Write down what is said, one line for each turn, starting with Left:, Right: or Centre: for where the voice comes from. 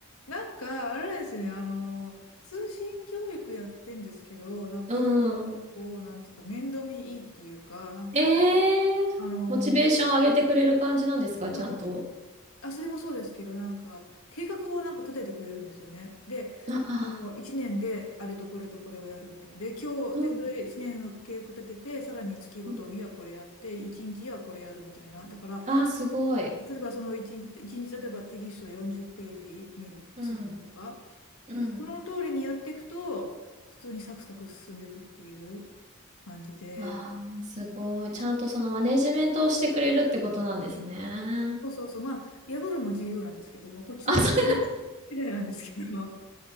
Left: なんか、あれなんですよね、あの、通信教育やってんですけど、なんかそ
Right: うん。
Left: こを、なんとか面倒見いいっていうか、なんか、
Right: えー、
Left: あの、
Right: モチベーション上げてくれる感じなんですかちゃんと。
Left: あ、あそれもそうですけど、なんか、計画をなんか立ててくれるんですよね。で、
Right: ああ、
Left: あの、1年であれとこれとこれをやるみたいな。で、今日、
Right: うん。
Left: で、それ1年の計画立てて、さらに月ごとにはこれやって、
Right: うん。
Left: 1日はこれやるみたいな。だから、
Right: ああ、すごい。
Left: 例えばその1日、一日例えばテキスト40ページ見る、
Right: うん。
Left: 進むとか、
Right: うん。
Left: その通りにやっていくと、普通にサクサク進んでいくっていう感じで、
Right: ああ、すごい。ちゃんとそのマネジメントをしてくれるってことなんですね。
Left: そうそうそう、まあ、破るのも自由なんですけど、まあ、こっちの破り次第なんですけど、
Right: あ、そう